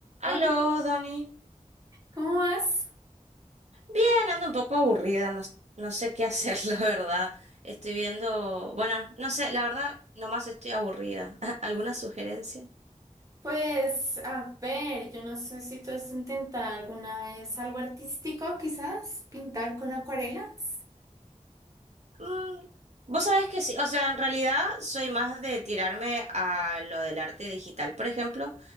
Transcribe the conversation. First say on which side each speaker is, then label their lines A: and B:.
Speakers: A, on the right; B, on the right.
A: Hola,
B: Aló, Dani.
A: ¿Cómo vas?
B: Bien, ando un poco aburrida, no, no sé qué hacer, <laughs> la verdad. Estoy viendo, bueno, no sé, la verdad, nomás estoy aburrida. <laughs> ¿Alguna sugerencia?
A: Pues, a ver, yo no sé si tú has intentado alguna vez algo artístico, quizás, pintar con acuarelas.
B: Mm, vos sabés que sí, o sea, en realidad soy más de tirarme a lo del arte digital, por ejemplo.